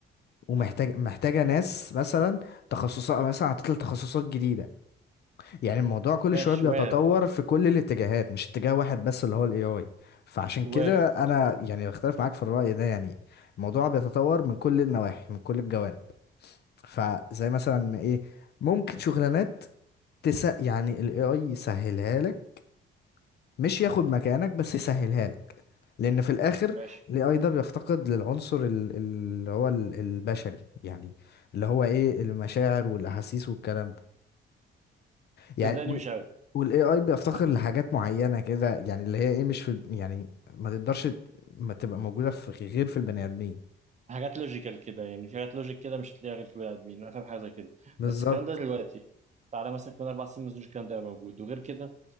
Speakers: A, on the left; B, on the right.
A: ومحتاج محتاجة ناس مثلا تخصصات مثلا هتطلع تخصصات جديدة يعني الموضوع كل
B: ماشي
A: شويه بيتطور
B: وارد
A: في كل الاتجاهات مش اتجاه واحد بس اللي هو الاي اي فعشان
B: وارد
A: كده انا يعني بختلف معاك في الرأي ده يعني الموضوع بيتطور من كل النواحي من كل الجوانب فزي مثلا ايه ممكن شغلانات تس يعني الاي اي يسهلها لك مش ياخد مكانك بس يسهلها لك لان في الاخر
B: ماشي
A: الاي اي ده بيفتقد للعنصر ال- اللي هو ال- البشري يعني اللي هو ايه المشاعر والاحاسيس والكلام ده يعني
B: صدقني مش قوي
A: والاي اي بيفتقر
B: ح-
A: لحاجات معينه كده يعني اللي هي ايه مش في ال- يعني ما تقدرش ت- ما تبقى موجوده في غير في البني ادمين
B: حاجات لوجيكال كده يعني في حاجات لوجيك كده مش هتلاقيها غير في البني ادمين انا فاهم حاجه زي كده
A: بالظبط
B: بس الكلام ده دلوقتي تعالى مثلا كمان اربع سنين ما اظنش الكلام ده هيبقى موجود وغير كده